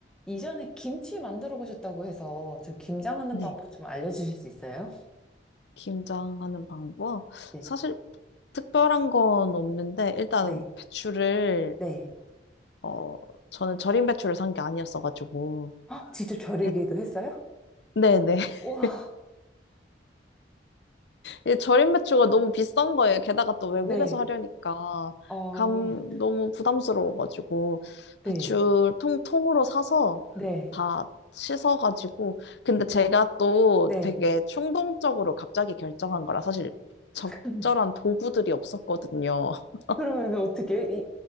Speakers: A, in the centre; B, on the left.
A: 이전에 김치 만들어 보셨다고 해서 저 김장하는
B: 네.
A: 방법 좀 알려주실 수 있어요?
B: 김장하는 방법?
A: 네,
B: 사실 특별한 건 없는데 일단
A: 네,
B: 배추를
A: 네.
B: 어 저는 절임 배추를 산 게 아니었어가지고
A: 아, 직접 절이기도
B: 배-
A: 했어요?
B: 네네 <laughs>
A: 와,
B: 이 절임 배추가 너무 비싼 거예요. 게다가 또 외국에서
A: 네,
B: 하려니까
A: 아
B: 감 너무 부담스러워가지고
A: 네,
B: 배추 통 통으로 사서
A: 네,
B: 다 씻어가지고 근데 제가 또
A: 네.
B: 되게 충동적으로 갑자기 결정한 거라 사실 적절한
A: <laughs>
B: 도구들이 없었거든요. <laughs>
A: 그러면 어떻게, 이,